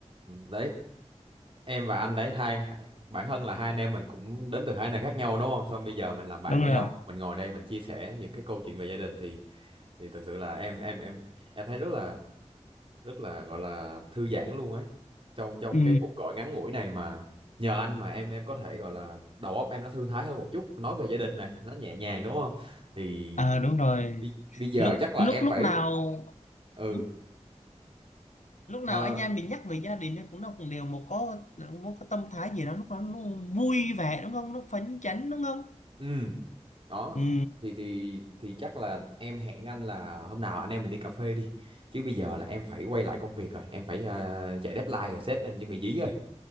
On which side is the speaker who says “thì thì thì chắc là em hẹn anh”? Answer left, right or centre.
Right